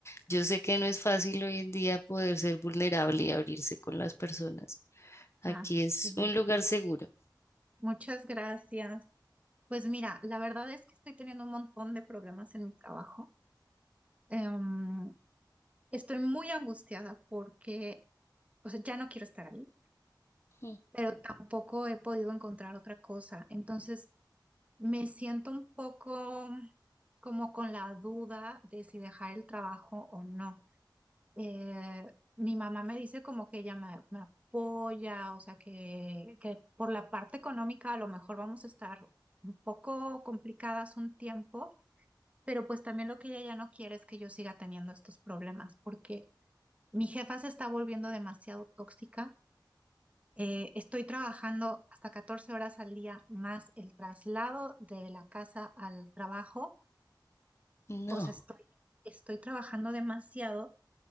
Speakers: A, on the left; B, on the right.
A: yo sé que no es fácil hoy en día poder ser vulnerable y abrirse con las personas. Aquí
B: Ya sé.
A: es un lugar seguro.
B: Muchas gracias. Pues mira, la verdad es que estoy teniendo un montón de problemas en mi trabajo. Em, estoy muy angustiada porque, o sea, ya no quiero estar ahí
A: Ujú,
B: pero tampoco he podido encontrar otra cosa. Entonces, me siento un poco como con la duda de si dejar el trabajo o no. Eh, mi mamá me dice como que ella me, me apoya, o sea, que, que por la parte económica a lo mejor vamos a estar un poco complicadas un tiempo, pero pues también lo que ella ya no quiere es que yo siga teniendo estos problemas, porque mi jefa se está volviendo demasiado tóxica eh, estoy trabajando hasta 14 horas al día más el traslado de la casa al trabajo.
A: No.
B: O sea, estoy, estoy trabajando demasiado.